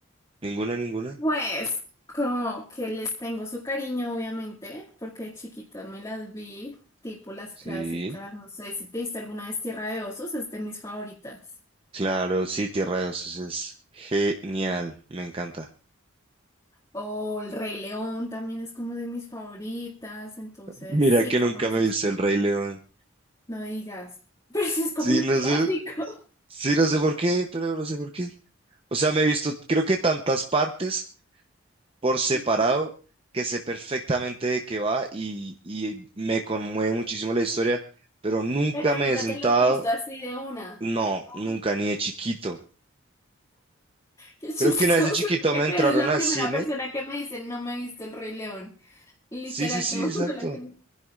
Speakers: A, on the right; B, on the left.
A: ¿Ninguna, ninguna?
B: pues, como que les tengo su cariño, obviamente, porque de chiquita me las vi, tipo las
A: Sí,
B: clásicas, no sé si te diste alguna vez Tierra de Osos, es de mis favoritas.
A: claro, sí, Tierra de Osos es genial, me encanta.
B: O El Rey León también es como de mis favoritas, entonces,
A: Mira
B: sí,
A: que
B: como
A: nunca
B: esas,
A: me he visto El Rey León.
B: no digas, <laughs> pero sí es como
A: Sí,
B: un
A: no
B: clásico,
A: sé, sí, no sé por qué, pero no sé por qué. O sea, me he visto creo que tantas partes por separado,
B: <laughs>
A: que sé perfectamente de qué va y, y me conmueve muchísimo la historia, pero nunca
B: pero
A: me
B: nunca
A: he sentado,
B: te las has visto así de una.
A: no,
B: Ah.
A: nunca, ni de chiquito.
B: Qué chistoso.
A: Creo que una vez de chiquito
B: Creo
A: me entraron
B: que eres la
A: al
B: primera
A: cine.
B: persona que me dice no me he visto el Rey León. Literal,
A: Sí, sí, sí,
B: todo
A: exacto.
B: el mundo la conoce.